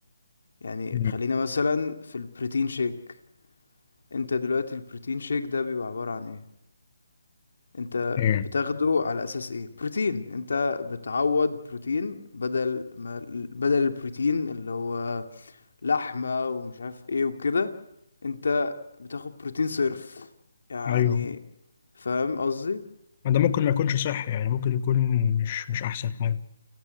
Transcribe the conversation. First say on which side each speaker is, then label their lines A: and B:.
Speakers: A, on the left; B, on the left.
A: يعني
B: مم.
A: خلينا مثلا في البروتين شيك انت دلوقتي البروتين شيك ده بيبقى عباره عن ايه انت
B: ايه
A: بتاخده على اساس ايه بروتين انت بتعوض بروتين بدل ما بدل البروتين اللي هو لحمة ومش عارف ايه وكده انت بتاخد بروتين صرف يعني
B: ايوه
A: فاهم قصدي
B: ما ده ممكن ما يكونش صح يعني ممكن يكون مش مش احسن حاجه